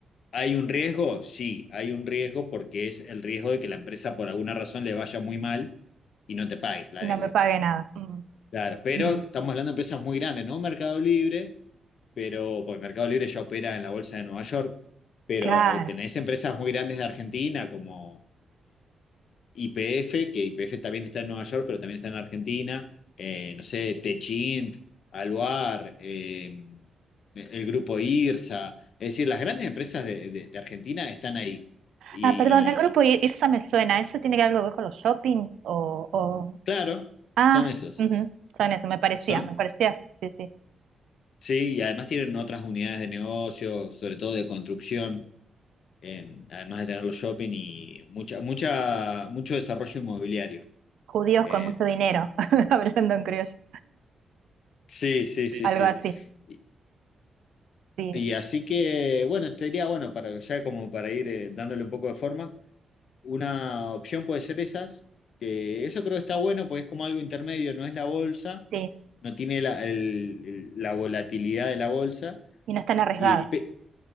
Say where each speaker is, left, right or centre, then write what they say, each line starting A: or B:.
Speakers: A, on the left; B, on the right.
A: ¿Hay un riesgo? Sí, hay un riesgo porque es el riesgo de que la empresa por alguna razón le vaya muy mal y no te pague la
B: y
A: deuda.
B: no me pague nada. Mm,
A: Claro, pero
B: mm,
A: estamos hablando de empresas muy grandes, no Mercado Libre, pero porque Mercado Libre ya opera en la Bolsa de Nueva York, pero
B: Claro.
A: eh, tenés empresas muy grandes de Argentina como IPF, que IPF también está en Nueva York, pero también está en Argentina, eh, no sé, Techint, Aluar, eh, el grupo IRSA, es decir, las grandes empresas de, de- de Argentina están ahí. Y,
B: Ah, perdón, el grupo
A: y,
B: I- IRSA me suena. ¿Eso tiene que ver algo con los shopping? O, o...
A: claro,
B: Ah,
A: son esos,
B: ujú, Son eso, me parecía,
A: son
B: me parecía. Sí, sí.
A: Sí, y además tienen otras unidades de negocio, sobre todo de construcción, en- además de tener los shopping y mucha, mucha, mucho desarrollo inmobiliario.
B: Judíos
A: En-
B: con mucho dinero, <laughs> hablando en criollo. Sí,
A: sí, sí, sí,
B: sí, Algo
A: sí.
B: sí.
A: Y,
B: sí.
A: y
B: así,
A: así
B: sí,
A: que, bueno, te diría, bueno, para, ya como para ir eh, dándole un poco de forma, una opción puede ser esas, que eso creo que está bueno, porque es como algo intermedio, no es la bolsa,
B: sí.
A: no tiene la, el- el- la volatilidad de la bolsa.
B: Y no están arriesgados.
A: Y pe-